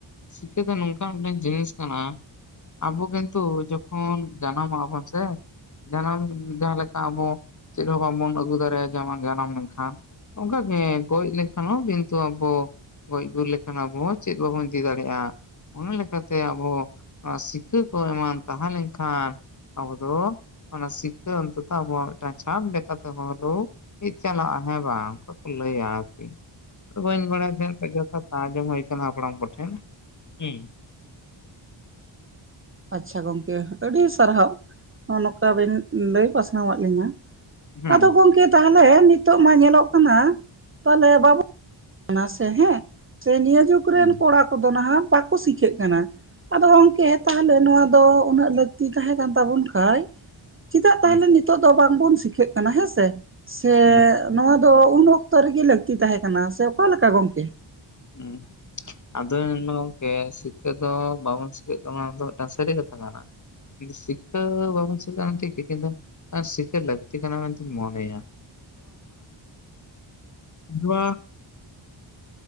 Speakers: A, on the left (about 35°); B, on the right (about 25°).
A: ᱥᱤᱠᱟᱹ ᱠᱚ ᱱᱚᱝᱠᱟᱱ ᱢᱤᱫᱴᱮᱱ ᱡᱤᱱᱤᱥ ᱠᱟᱱᱟ᱾ ᱟᱵᱚ ᱠᱤᱱᱛᱩ ᱡᱚᱠᱷᱚᱱ ᱡᱟᱱᱟᱢᱚᱜᱽ ᱟᱵᱚᱱ ᱥᱮ ᱡᱟᱱᱟᱢ ᱡᱟᱦᱟᱸ ᱞᱮᱠᱟ ᱟᱵᱚ ᱪᱮᱫ ᱦᱚᱸ ᱵᱟᱝᱵᱚᱱ ᱟᱹᱜᱩ ᱫᱟᱲᱮᱭᱟᱜᱼᱟ ᱡᱮ ᱡᱟᱱᱟᱢ ᱞᱮᱝᱠᱷᱟᱱ ᱚᱝᱠᱟᱜᱮ ᱜᱚᱡ ᱞᱮᱠᱷᱟᱱ ᱦᱚᱸ ᱠᱤᱱᱛᱩ ᱟᱵᱚ ᱜᱚᱡ ᱜᱩᱨ ᱞᱮᱠᱷᱟᱱ ᱟᱵᱚ ᱪᱮᱫ ᱵᱟᱵᱚᱱ ᱤᱫᱤ ᱫᱟᱲᱮᱭᱟᱜᱼᱟ᱾ ᱚᱱᱟ ᱞᱮᱠᱟᱛᱮ ᱟᱵᱚ ᱱᱚᱣᱟ ᱥᱤᱠᱷᱟᱹ ᱠᱚ ᱮᱢᱟᱱ ᱛᱟᱦᱮᱸ ᱞᱮᱱᱠᱷᱟᱱ ᱟᱵᱚ ᱫᱚ ᱚᱱᱟ ᱥᱤᱠᱷᱟᱹ ᱚᱱᱛᱚᱛᱚ ᱟᱵᱚᱣᱟᱜ ᱢᱤᱫᱴᱟᱱ ᱪᱷᱟᱯ ᱞᱮᱠᱟᱛᱮ ᱦᱚᱲ ᱫᱚ ᱪᱟᱞᱟᱜᱼᱟ ᱦᱮᱸ ᱵᱟᱝ ᱚᱱᱠᱟ ᱠᱚ ᱞᱟᱹᱭᱟ ᱟᱨ ᱠᱤ ᱟᱫᱚ ᱵᱟᱹᱧ ᱵᱟᱲᱟᱭ ᱛᱟᱦᱮᱫ ᱡᱷᱟ ᱟᱡᱚᱢ ᱦᱩᱭ ᱠᱟᱱᱟ ᱦᱟᱯᱲᱟᱢ ᱠᱚᱴᱷᱮᱱ ᱦᱮᱸ
B: ᱟᱪᱪᱷᱟ ᱜᱚᱝᱠᱮ ᱟᱹᱰᱤ ᱥᱟᱨᱦᱟᱣ ᱱᱚᱜ ᱱᱚᱝᱠᱟ ᱵᱤᱱ ᱞᱟᱹᱭ ᱯᱟᱥᱱᱟᱣ ᱟᱫ ᱞᱤᱧᱟᱹ
A: ᱦᱩᱸ
B: ᱟᱫᱚ ᱜᱚᱝᱠᱮ ᱛᱟᱦᱚᱞᱮ ᱱᱤᱛᱚᱜ ᱢᱟ ᱧᱮᱞᱚᱜ ᱠᱟᱱᱟ ᱛᱟᱦᱞᱮ ᱵᱟᱵᱩ ᱥᱮ ᱦᱮᱸ ᱥᱮ ᱱᱤᱭᱟᱹ ᱡᱩᱜᱽ ᱠᱚ
A: ᱦᱩᱸ
B: ᱨᱮᱱ ᱠᱚᱲᱟ ᱠᱚᱫᱚ ᱱᱟᱦᱟᱜ ᱵᱟᱠᱚ ᱥᱤᱠᱷᱟᱹᱜ ᱠᱟᱱᱟ ᱟᱫᱚ ᱜᱚᱢᱠᱮ ᱛᱟᱦᱚᱞᱮ ᱱᱚᱣᱟ ᱫᱚ ᱩᱱᱟᱹᱜ ᱞᱟᱹᱠᱛᱤ ᱛᱟᱦᱮᱸ ᱠᱟᱱ ᱛᱟᱵᱚᱱ ᱠᱷᱟᱡ ᱪᱮᱫᱟᱜ ᱛᱟᱦᱚᱞᱮ
A: ᱦᱩᱸ
B: ᱱᱤᱛ ᱤᱛᱚᱜ ᱫᱚ ᱵᱟᱝᱵᱚᱱ ᱥᱤᱠᱷᱟᱹᱜ ᱠᱟᱱᱟ ᱦᱮᱸ ᱥᱮ ᱥᱮ
A: ᱦᱩᱸ
B: ᱱᱚᱣᱟ ᱫᱚ ᱩᱱ ᱚᱠᱛᱚ ᱨᱤᱜᱤ ᱞᱟᱹᱠᱛᱤ ᱛᱟᱦᱮᱸ ᱠᱟᱱᱟ ᱥᱮ ᱚᱠᱟᱞᱮᱠᱟ ᱜᱚᱝᱠᱮ
A: ᱦᱩᱸ ᱟᱫᱚ ᱧᱮᱞᱢᱮ ᱜᱚᱝᱠᱮ ᱥᱤᱠᱷᱠᱟᱹ ᱫᱚ ᱵᱟᱵᱚᱱ ᱥᱤᱠᱟᱹᱜ ᱠᱟᱱᱟ ᱫᱚ ᱢᱤᱫᱴᱟᱝ ᱥᱟᱹᱨᱤ ᱠᱟᱛᱷᱟ ᱠᱟᱱᱟ ᱥᱤᱠᱷᱟᱹ ᱵᱟᱵᱚᱱ ᱥᱤᱠᱟ ᱴᱷᱤᱠ ᱜᱤ ᱠᱤᱱᱛᱩ ᱟᱨ ᱥᱤᱠᱷᱟᱹ ᱞᱟᱹᱠᱛᱤ ᱠᱟᱱᱟ ᱢᱮᱱᱛᱤᱧ ᱢᱚᱱᱮᱭᱟ <unintelligible>